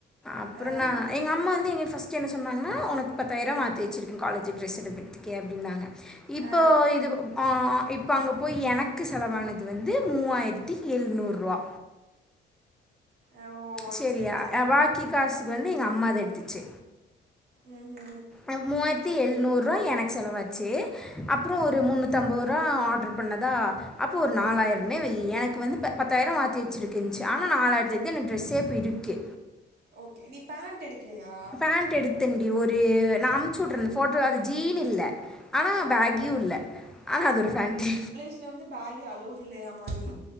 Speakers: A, in the centre; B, on the right.
A: அப்புறோ
B: ஆ
A: நா எங்க அம்மா வந்து எங்க ஃபஸ்ட் சித்தி என்ன சொன்னாங்கனா உனக்கு பத்தாயிருவ மாத்தி வெச்சிருக்கு காலேஜ் ட்ரெஸ் எடுக்கிறதுக்கே அப்டீனாங்க இப்போ
B: ஆ
A: இது கு அ இப்ப அங்க போய் எனக்கு செலவானது வந்து மூவாயிரத் தி எழுநூறுவா
B: ஆ ஓ
A: செரியா
B: சேரி சேரி
A: ஏ பாக்கி காசுக்கு வந்து எங்க அம்மா தா எடுத்துச்சு
B: ம் ஹு
A: அ மூவாயிரத்தி எழுநூறுவா எனக்கு செலவாச்சி அப்புறோ ஒரு முன்னூத்தம்பதுருவா ஆட்ரு பண்ணதா அப்போ ஒரு நாலாயிரம்னே வெய்யி எனக்கு வந்து ப பத்தாயிரோ மாத்தி வெச்சுருக்குனுச்சு ஆனா நாலாயிரத்துக்கு எனக்கு டிரெஸே இப்ப இருக்கு
B: ஓகே நீ பேண்ட் எடுக்கலையா
A: பேண்ட் எடுத்தன்டி ஒரு நா அம்ச்சி வுட்றே ஃபோட்டோல அது ஜீன் இல்ல ஆனா பேகியு
B: ஓ
A: இல்ல ஆனா அது ஒரு ஃபேண்ட்டு
B: இதுல வந்து பேகி அளவௌடு இல்லையாமாடி